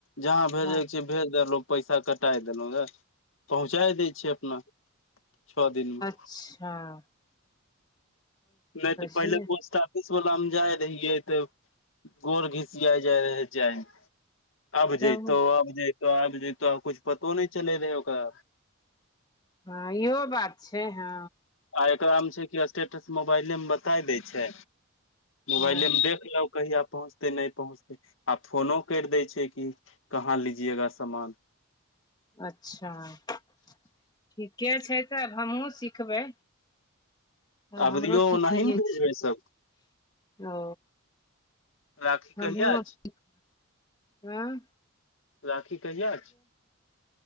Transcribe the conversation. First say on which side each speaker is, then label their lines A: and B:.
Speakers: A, on the left; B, on the left.
A: जहाँ भेजैके
B: हँ
A: छै भेज देलहुँ पैसा कटाय देलहुँ ह पहुँचााय दै छै अपना छओ दिनमे
B: हाँ
A: नहि तऽ पहिले
B: छै ने
A: पहुचता पुलिस वला मे जाइ रहियै तऽ गोर घिसिया जाय रहै जाइमे अब
B: तब
A: जैतो अब जैतो आब जैतो आ कुछ पतो नहि चलै रहै ओकर
B: हँ इहो बात छै हँ
A: आ एकरा मे छै कि स्टेटस मोबाइले मे बताइ दे छै मोबाइले
B: ओ
A: मे देख लक कहिआ पहुँचतै नहि पहुँचतै आ फोनो करि दै छै कि कहाँ लीजियेगा सामान
B: अच्छा ठीके छै तब हमहूँ सिखबै हँ
A: अबरियो
B: हमरो सीखैए
A: ओनाही ने भेजबै
B: छी
A: सब
B: ओ
A: राखी
B: हमहुँ
A: कहिया अछि
B: ऐं
A: राखी कहिया छै